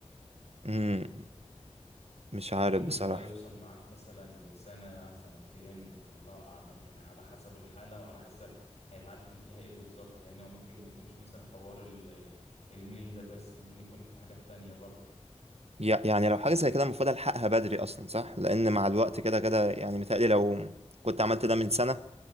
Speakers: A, on the right; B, on the left.
A: امم مش عارف
B: ممكن
A: بصراحه
B: بقى يوصل معاك مثلا لسنة سنتين الله أعلم يعني على حسب الحالة وعلى حسب هيتعدل فيها إيه بالظبط لأنه ممكن ما يكونش مثلا حوار ال- الميل ده بس ممكن يكون في حاجات تانية برضه
A: يع- يعني لو حاجة زي كده المفروض ألحقها بدري أصلا صح؟ لأن مع الوقت كده كده يعني متهيألي لو كنت عملت ده من سنة